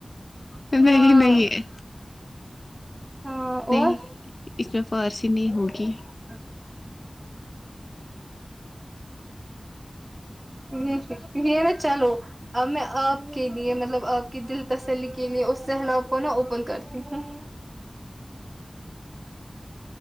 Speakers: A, on the left (about 50°); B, on the right (about 25°).
A: نہیں
B: ہاں
A: نہیں
B: ہاں
A: نہیں
B: اور
A: اس میں فارسی نہیں ہوگی
B: ہاں ہیم حم چلو اب میں آپ کے لیے مطلب آپ کی دل تسلی کے لیے اس سیلاب کو نا اوپن کرتی ہوں